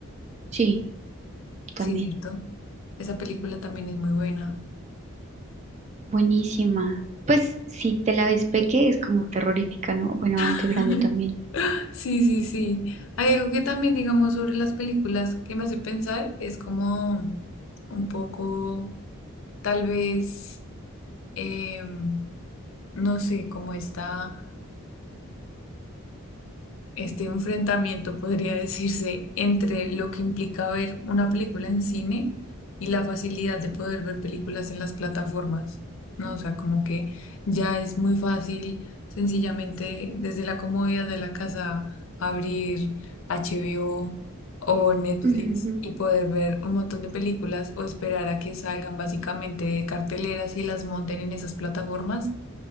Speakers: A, on the right; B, on the left.
A: Sí, también.
B: Sí, cierto. Esa película también es muy buena.
A: Buenísima. Pues si te la ves peque es como terrorífica, ¿no? Bueno, aunque
B: <laughs>
A: grande también.
B: Sí, sí, sí. Hay algo que también, digamos, sobre las películas que me hace pensar es como un poco, tal vez. em, no sé, como está este enfrentamiento, podría <laughs> decirse, entre lo que implica ver una película en cine y la facilidad de poder ver películas en las plataformas, ¿no? O sea, como que ya es muy fácil, sencillamente desde la comodidad de la casa, abrir HBO o o Netflix
A: Ujú,
B: y poder ver un montón de películas o esperar a que salgan básicamente de carteleras y las monten en esas plataformas